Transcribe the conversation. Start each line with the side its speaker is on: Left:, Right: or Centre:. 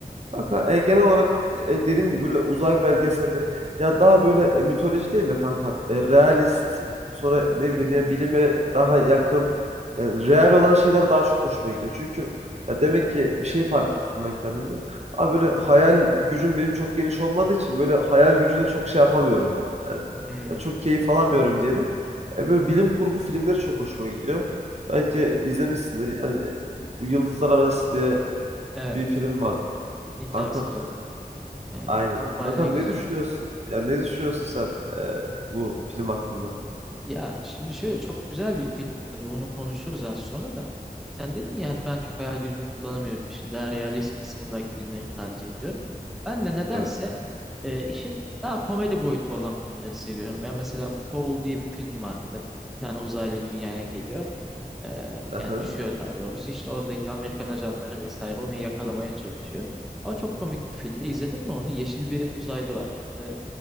Right: Kanka
Centre: Hı hı.
Right: e, genel olarak e, dediğim gibi böyle uzay belgeselleri ya daha böyle e, mitoloji değil de kankam e, realist sonra ne
Centre: Hmm,
Right: bileyim yani bilime daha yakın yani real olan şeyler daha çok hoşuma gidiyor. Çünkü ya demek ki bir şey fark ettim ben kendimde. Abi böyle hayal gücüm benim çok geniş olmadığı için böyle hayal gücüne çok şey yapamıyorum ben. Yani
Centre: hmm,
Right: ya çok keyif alamıyorum diyelim. E, böyle bilim kurgu filmleri çok hoşuma gidiyor. Belki izlemişsindir. Yani bu Yıldızlar Arası diye
Centre: Evet,
Right: bir film vardı.
Centre: Interstellar.
Right: Kankam,
Centre: E,
Right: aynen.
Centre: o bayağı
Right: Kankam
Centre: güzel.
Right: ne düşünüyorsun? Ya ne düşünüyorsun sen e, bu film hakkında?
Centre: Ya şimdi şöyle çok güzel bir film. Tabii bunu konuşuruz az sonra da. Sen dedin ya hani ben çok hayal gücümü kullanamıyorum. Şimdi daha realist kısmındaki filmleri tercih ediyorum. Ben de nedense
Right: Evet.
Centre: e, işin daha komedi boyutu olan filmleri seviyorum. Ya mesela Paul diye bir film vardı. Bir tane uzaylı dünyaya geliyor. E,
Right: Aha.
Centre: yani düşüyor daha doğrusu. İşte oradaki Amerikan ajanları vesaire onu yakalamaya çalışıyor. Ama çok komik bir filmde. İzledin mi onu? Yeşil bir uzaylı var. E,